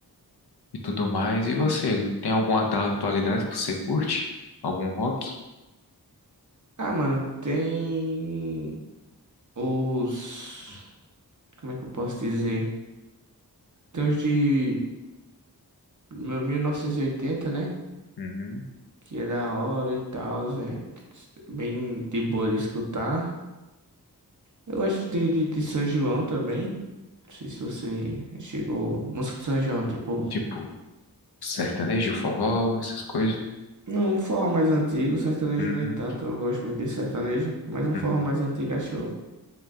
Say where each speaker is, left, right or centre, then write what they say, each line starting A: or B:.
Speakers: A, on the left; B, on the right.
A: e tudo mais. E você, tem alguma da atualidade que você curte? Algum rock?
B: Ah, mano, tem os, como é que eu posso dizer? Tem os de Meu 1980, né?
A: Uhum.
B: Que é da hora e tal, é bem de boa de escutar. Eu gosto de, de, de São João também. Não sei se você chegou. Música de São João, tipo.
A: Tipo, sertanejo, forró, essas coisas?
B: Não, um forró mais antigo, sertanejo
A: Uhum.
B: nem tanto, eu não gosto muito de sertanejo, mas um
A: Uhum.
B: forró mais antigo acho,